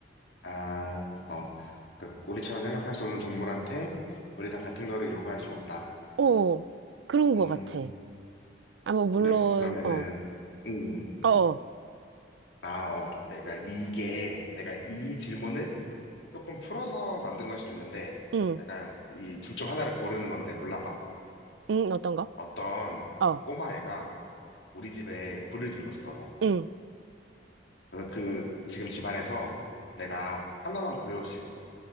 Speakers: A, on the left; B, on the right.
A: 아 어. 그 우리처럼 생각할 수 없는 동물한테 우리 다 같은 거를 요구할 순 없다.
B: 어, 그런
A: 음.
B: 것 같아. 아, 뭐, 물론,
A: 그래, 그러면은,
B: 어,
A: 음, 음.
B: 어, 어,
A: 아, 어, 그러니까 이게 내가 이 질문을 조금 풀어서 만든 걸 수도 있는데,
B: 응.
A: 약간 이 둘 중 하나를 고르는 건데 골라봐.
B: 응, 어떤 거?
A: 어떤
B: 어,
A: 꼬마애가 우리 집에 불을 질렀어.
B: 응,
A: 그래서 그 지금 집안에서 내가 하나만 구해올 수 있어.